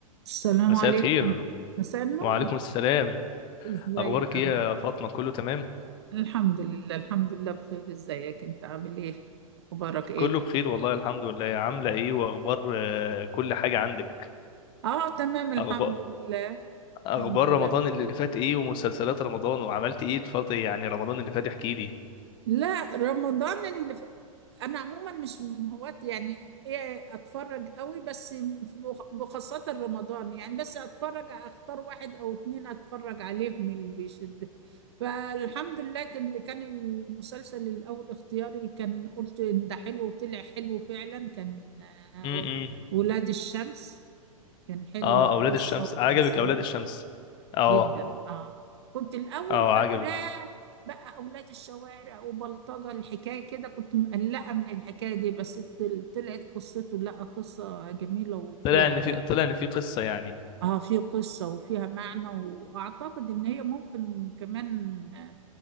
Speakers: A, on the right; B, on the left.
A: السلام
B: مساء
A: عليكم
B: الخير
A: مساء النور
B: وعليكم السلام
A: ازيك
B: اخبارك
A: عامل
B: ايه يا فاطمه كله تمام
A: إيه؟ الحمد لله الحمد لله بخير ازيك انت عامل ايه اخبارك ايه
B: كله بخير والله الحمد لله عامله ايه واخبار آه، كل حاجه عندك
A: اه تمام الحمد
B: اخبار
A: لله
B: اخبار
A: الحمد لله
B: رمضان اللي فات ايه ومسلسلات رمضان وعملت ايه الفتره يعني رمضان اللي فات احكي لي
A: لا رمضان اللي انا عموما مش من هواة يعني ايه اتفرج قوي بس بخاصة رمضان يعني بس اتفرج اختار واحد او اتنين اتفرج عليهم اللي بيشد فالحمد لله كان اللي كان المسلسل الاول اختياري كان قلت ان ده حلو وطلع حلو فعلا كان آه،
B: امم
A: ولاد الشمس كان حلو
B: اه اولاد
A: قصة
B: الشمس
A: وتمثيل
B: عجبك اولاد الشمس اه
A: جدا اه كنت الاول
B: اه
A: فاكراه
B: عجبك
A: بقى اولاد الشوارع وبلطجه الحكايه كده كنت مقلقه من الحكايه دي بس طل- طلعت قصته لا قصه جميله وفيها
B: طلع ان في طلع ان في قصه يعني
A: اه في قصه وفيها معنى واعتقد ان هي ممكن كمان